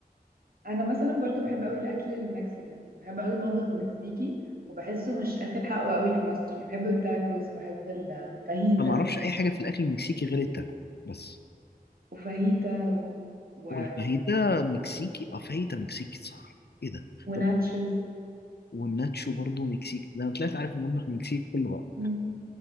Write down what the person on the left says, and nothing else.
انا ما اعرفش اي حاجة في الاكل المكسيكي غير التاكو بس
والفاهيتا مكسيكي اه فاهيتا مكسيكي صح ايه ده
طب والناتشو برضو مكسيكي ده انا طلعت عارف المطبخ المكسيكي كله بقى